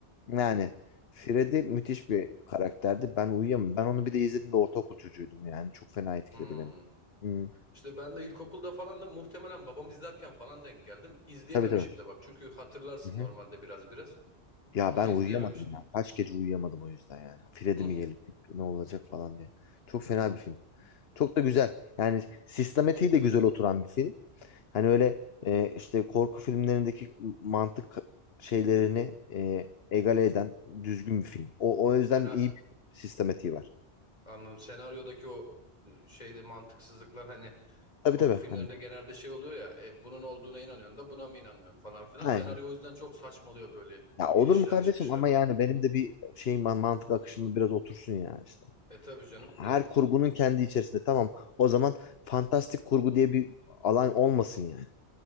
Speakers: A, on the left (about 65°); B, on the left (about 40°).
A: Yani Freddy müthiş bir karakterdi. Ben uyuyamam. Ben onu bir de izlediğimde ortaokul çocuğuydum yani. Çok fena etkiledi
B: Hmm.
A: beni. Hı.
B: İşte ben de ilkokulda falan da muhtemelen babam izlerken falan denk geldim. İzleyememişim
A: Tabii tabii.
B: de bak. Çünkü hatırlarsın
A: Hı hı.
B: normalde biraz biraz
A: Ya
B: ama
A: ben
B: izleyememiştim.
A: uyuyamadım ya. Kaç gece uyuyamadım o yüzden yani. Freddy
B: Hı.
A: mi gelecek? Ne olacak falan diye. Çok fena bir film. Çok da güzel. Yani sistematiği de güzel oturan bir film. Hani öyle e, işte korku filmlerindeki mantık şeylerini e, egale eden düzgün bir film. O, o yüzden
B: Sena
A: iyi bir sistematiği var.
B: anladım. Senaryodaki o e, şeyde mantıksızlıklar hani
A: Tabii
B: Korku
A: tabii.
B: filmlerinde
A: Hani,
B: genelde şey oluyor ya e, bunun olduğuna inanıyorsun da buna mı inanmıyorsun falan filan.
A: aynen.
B: Senaryo o yüzden çok saçma oluyor böyle
A: Ya
B: inişler
A: olur mu kardeşim
B: çıkışlar
A: ama
B: falan.
A: yani benim de bir şey ma- mantık akışımı biraz otursun ya işte.
B: E tabii canım
A: Her
B: tabii.
A: kurgunun kendi içerisinde tamam. O zaman fantastik kurgu diye bir alan olmasın yani.